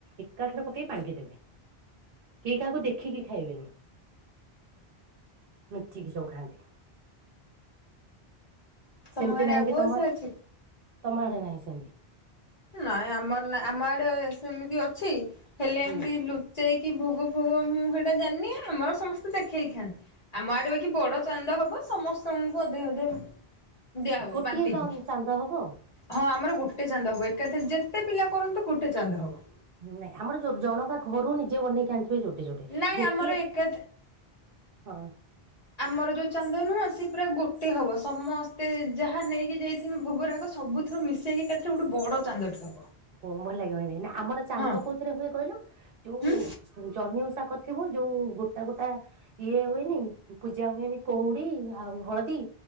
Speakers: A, on the right (about 65°); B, on the left (about 40°).
A: ଏକା ଥରେ ପକେଇକି ପାଣି ପଇଦେବେ। କେହି କାହାକୁ ଦେଖିକି ଖାଇବେନି ଲୁଚିକି ସବୁ ଖାଆନ୍ତି।
B: ତମ
A: ସେମତି
B: ଗାଁରେ
A: ନାହିଁ
B: ଆଉ କୋଉ
A: କି ତମର
B: ଓଷା ଅଛି?
A: ତମ ଆଡେ ନାହିଁ ସେମିତି?
B: ନାଇଁ ଆମର ନା ଆମ ଆଡେ ସେମିତି ଅଛି ହେଲେ
A: ହୁଁ।
B: ଏମିତିଲୁ ସେଟି ଭୋଗ ଫୋଗ ମୁଁ ହେଇଟା ଜାଣିନି ଆମର ସମସ୍ତେ ଦେଖେଇକି ଖାଆନ୍ତି। ଆମ ଆଡେ ଏକି ବଡ ଚାନ୍ଦ ହବ ସମସ୍ତଙ୍କୁ ଅଧେ ଅଧେ ଦିଆହବ
A: ଗୋଟିଏ
B: ବାନ୍ଟି
A: ଚା
B: କି।
A: ଚାନ୍ଦ ହବ ଆଉ।
B: ହଁ ଆମର ଗୋଟେ ଚାନ୍ଦ ହବ ଏକାଥରେ ଯେତେ ପିଲା କରନ୍ତୁ ଗୋଟେ ଚାନ୍ଦ ହବ।
A: ନାଇଁ ଆମରୋ ଜଣକା ଘରୁ ନିଜେ ବନେଇକି ଆଣିଥିବେ ଯୋଡେ ଯୋଡେ
B: ନାଇଁ
A: ଗୋଟିଏ।
B: ଆମର ଏକା
A: ହଁ।
B: ଆମର ଯୋଉ ଚାନ୍ଦ ନୁହଁ ସିଏ ପୁରା ଗୋଟେ ହବ ସମସ୍ତେ ଯାହା ନେଇକି ଯାଇଥିବେ ଭୋଗରାଗ ସବୁଥିରୁ ମିଶ୍ ସେଇଟି ଏକାଥରେ ଗୋଟେ ବଡ ଚାନ୍ଦଟେ ହବ।
A: ଓଁ ଭଲ ଲାଗିବ ଭଲାଵନେହିଁନା ଆମର ଚାନ୍ଦ
B: ହଁ
A: କୋଉଥିରେ ହୁଏ କହିଲ? ଯୋଉ
B: ହୁଁ
A: ଜହ୍ନି ଉଷା କଥିବେ ଯୋଉ ଗୋଟା ଗୋଟା ଇଏ ହୁଏନି ପୂଜା ହୁଏନି କଉଡି ଆଉ ହଳଦୀ।